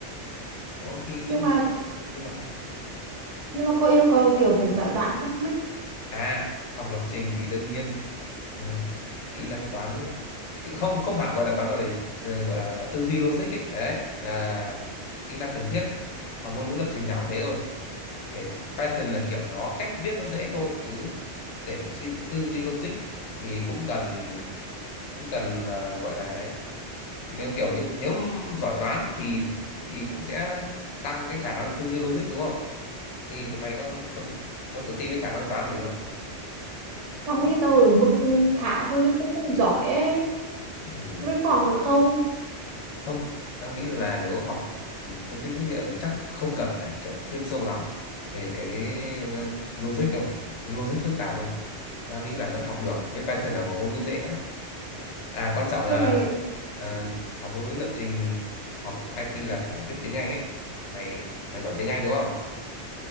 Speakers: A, on the left; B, on the right.
A: có khi cũng
B: nhưng mà
A: ờ, nhưng mà sao
B: nhưng mà có yêu cầu kiểu phải giỏi toán không ấy
A: À, học lập trình thì đương nhiên ừ, <laughs> kỹ năng toán kỹ- không không hẳn gọi là toán gọi là gì Ừ, gọi là tư duy logic ấy đấy là kỹ năng cần thiết học ngôn ngữ lập trình nào cũng thế rồi kể Python là kiểu nó cách viết nó dễ thôi chứ để suy tư duy logic thì cũng cần cũng cần à, gọi là đấy nếu kiểu như nếu giỏi toán thì thì cũng sẽ tăng cái khả năng tư duy logic đúng không thì thì mày có có có tự tin với khả năng toán của mình không
B: tao nghĩ tao ở mức khá thôi chứ cũng không giỏi ấy
A: Ừ.
B: mới có học được không
A: không tao nghĩ là nếu học ừ, phân tích dữ liệu thì chắc không cần phải kiểu chuyên sâu lắm về cái ờ, logic đâu logic phức tạp đâu tao nghĩ là vẫn học được với Python là một ngôn ngữ dễ nữa à quan trọng
B: thế
A: là
B: mà
A: ờ, học ngôn ngữ lập trình học IT là phải biết tiếng Anh ấy mày mày giỏi tiếng Anh đúng không